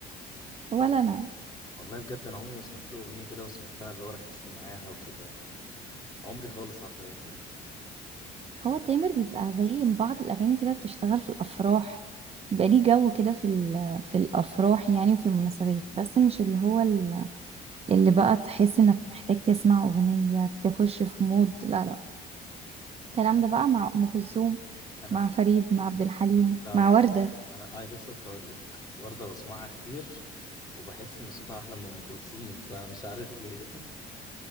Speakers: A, on the right; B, on the left.
A: ولا انا
B: والله بجد انا عمري ما سمعت له اغنيه كده وسمعتها اللي هو ركزت معاها وكده عمري خالص حرفيا
A: هو تامر بيبقى زي بعض الأغاني كده بتشتغل في الأفراح بيبقى ليه جو كده في ال- في الأفراح يعني وفي المناسبات بس مش اللي هو ال- اللي بقى تحس إنك محتاج تسمع أغنية تخش في مود لا لا الكلام ده بقى مع أم كلثوم
B: انا
A: مع فريد مع عبد الحليم
B: لا
A: مع
B: لا
A: وردة
B: انا اي لسه بتقول لك ورده بسمعها كتير وبحس ان صوتها احلى من ام كلثوم نفسها مش عارف ليه